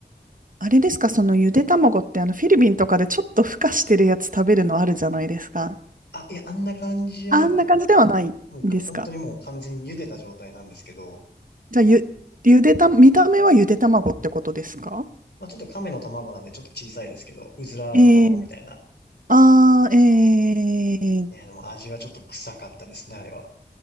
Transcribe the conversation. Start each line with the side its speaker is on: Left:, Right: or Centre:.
Right: あれですか、そのゆで卵ってあのフィリピンとかでちょっと孵化してるやつ食べるのあるじゃないですか。
Left: あ、いや、あんな感じじゃなく、
Right: あんな感じではないですか。
Left: もうが、本当にもう完全に茹でた状態なんですけど、
Right: じゃあ、ゆ、ゆでた、見た目はゆで卵ってことですか
Left: まあちょっと亀の卵なんでちょっと小さいですけど、うずらの卵みたいな。
Right: ええああー、ええ
Left: いや、でも味はちょっと臭かったですね、あれは。